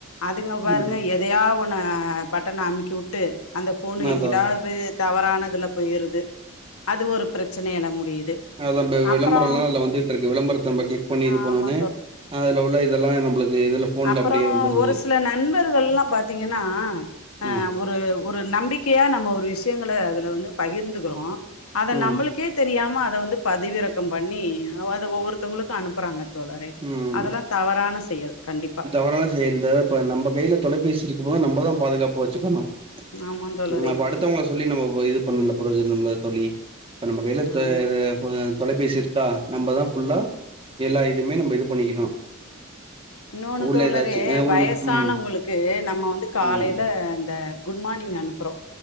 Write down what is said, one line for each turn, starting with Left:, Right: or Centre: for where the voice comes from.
Left: அதுங்க பாருங்க
Right: ம்
Left: எதையா ஒன்ன பட்டன அமுக்கி வுட்டு அந்த போனு
Right: அதா
Left: எங்கிட்டாது
Right: அதா
Left: போய் தவறானதுல போயிருது அது ஒரு ப்ரச்சனையல முடியுது
Right: அதுல நம்ம
Left: அப்றோ
Right: விளம்பரோல்லா அதுல வந்துகிட்ருக்கு விளம்பரத்த நம்ம கிளிக் பண்ணி இது
Left: ஆமா
Right: பண்ணோனே அதுல உள்ள இதெல்லா நம்பளுக்கு இதுல ஃபோன்ல
Left: அப்பறோ
Right: அப்டியே வந்துருது
Left: ஒரு சில நண்பர்கள்ல்லா பாத்தீங்கன்னா அ
Right: ம்
Left: ஒரு ஒரு நம்பிக்கையா நம்ம ஒரு விஷயங்கள அதுல வந்து பகிர்ந்துக்குறோ அத
Right: ம்
Left: நம்மளுக்கே தெரியாம அத வந்து பதிவிறக்கம் பண்ணி அத ஒவ்வொருத்தவங்களுக்கு அனுப்புறாங்க தோழரே
Right: ம்
Left: அதல்லா தவறான செயல் கண்டிப்பா
Right: <unintelligible> செயல் தானப் இப்ப நம்ம கைய்ல தொலைபேசி இருக்கும் போது நம்பதா பாதுகாப்பா வச்சுக்கணு
Left: ஆமா தோழரே
Right: இகுன படுத் அடுத்தவுங்கல சொல்லி நம்ம வ இது பண்ல ப்ரோஜனோமில்ல தோழி இப்ப நம்ம கையில தே
Left: ஆமா
Right: தே ப தொலைபேசி இருக்கா நம்பதா ஃபுல்லா எல்லா இதுமே நம்ம இது பண்ணிக்கணு
Left: இன்னொன்னு
Right: உள்ள
Left: தோழரே
Right: ஏதாச்சு அ உள்ள
Left: வயசானவங்களுக்கு
Right: ம்
Left: நம்ம வந்து காலையில
Right: ம்
Left: இந்த குட் மார்னிங் அனுப்புறோ